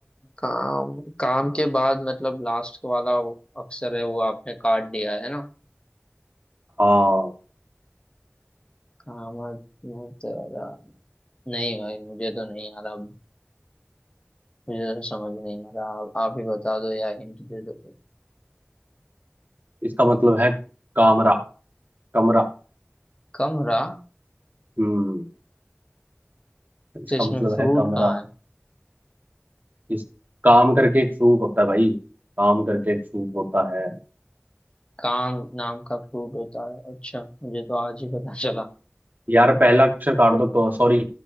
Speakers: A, on the left; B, on the right.
A: काम काम के बाद मतलब लास्ट वाला अक्षर है वो आपने काट दिया है ना
B: हाँ
A: काम तेरा नहीं भाई मुझे तो नहीं आ रहा मुझे तो समझ नहीं आ रहा आप, आप ही बता दो या हिंट दे दो कोई
B: इसका मतलब है कामरा कमरा
A: कमरा
B: हम्म इसका
A: तो इसमें
B: मतलब
A: फ्रूट
B: है कमरा
A: कहाँ है
B: इस काम करके एक सूट होता है भाई काम करके एक सूट होता है
A: काम नाम का फ्रूट होता है अच्छा मुझे तो आज ही पता चला
B: यार पहला अक्षर काट दो तो सॉरी